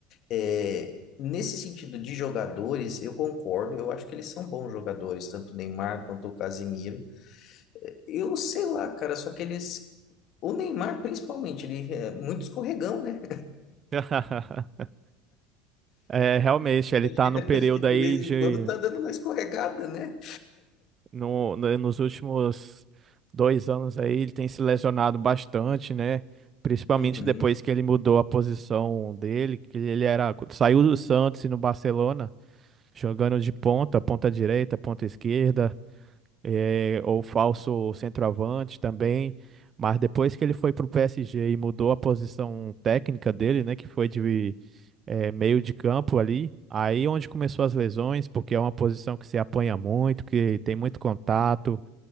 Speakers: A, on the left; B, on the right.
A: É, nesse sentido de jogadores, eu concordo, eu acho que eles são bons jogadores, tanto o Neymar quanto o Casimiro. Eu sei lá, cara, só que eles. O Neymar, principalmente, ele é muito escorregão, né?
B: <laughs> É, realmente, ele tá
A: Acho que
B: no período
A: acho que de
B: aí
A: vez
B: de
A: em quando tá dando uma escorregada, né?
B: no, no- nos últimos dois anos aí ele tem se lesionado bastante, né? Principalmente
A: Uhum,
B: depois que ele mudou a posição dele, que ele era, saiu do Santos e no Barcelona, jogando de ponta, ponta direita, ponta esquerda, eh, ou falso centroavante também. Mas depois que ele foi para o PSG e mudou a posição técnica dele, né, que foi de eh, meio de campo ali, aí onde começou as lesões, porque é uma posição que se apanha muito, que tem muito contato,